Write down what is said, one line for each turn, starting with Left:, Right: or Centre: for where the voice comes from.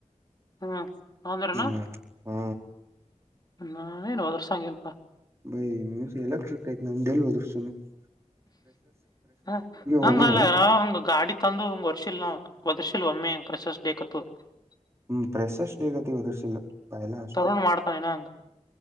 Left: ಹ್ಮ ಅಂಧ್ರನಾ
Right: ಹ್ಮ ಹಾ
Left: ನಾನೇನು ಒದರ್ಸಂಗೇ ಲಪಾ <unintelligible>
Right: ಬೈ ನೀವುಸ ಎಕ್ಟ್ರಿಕ್ ಆಯ್ತ ನಮ್ದ ಎಲ್ ಅದ್ರಷ್ಟುನು <unintelligible>
Left: ಹ
Right: ಹೋಗುನು
Left: ಹಂಗಲ್ಲ ಹಂಗ ಗಾಡಿ ತಂದು ಒಂಗ್ ವರ್ಶಿಲ್ ನ ಒದರ್ಶಿಲ್ <unintelligible> <inaudible> ಪ್ರೋಸೆಸ್ ಬೇಕಾಗ್ತ <unintelligible>
Right: ಹ್ಮ್ ಪ್ರೆಸಸ್ ಗಳು ಇವಾಗ ಶಿಲ್ಲು ಅವೆಲ್ಲ ಅಷ್ಟೇ
Left: ತರುಣ್
Right: <unintelligible>
Left: ಮಾಡ್ತಾನೇನ ಹಂಗ